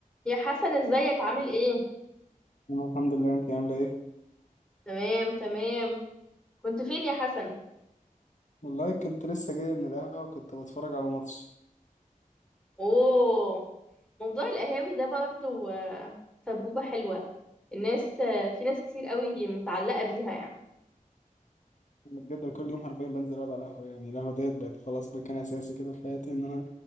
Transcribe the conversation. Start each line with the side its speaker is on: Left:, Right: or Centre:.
Centre: يا حسن ازيك عامل ايه
Left: أنا الحمد لله أنت عاملة إيه؟
Centre: تمام تمام كنت فين يا حسن
Left: والله كنت لسه جاي من القهوة كنت بتفرج على ماتش
Centre: اوه موضوع القهاوي ده برضو آه، سبوبة حلوة الناس آه، في ناس كتير قوي متعلقة بيها يعني
Left: أنا بجد كل يوم حرفيا بنزل أقعد على القهوة يعني القهوة ديت بقت خلاص مكان أساسي كده في حياتي إن أنا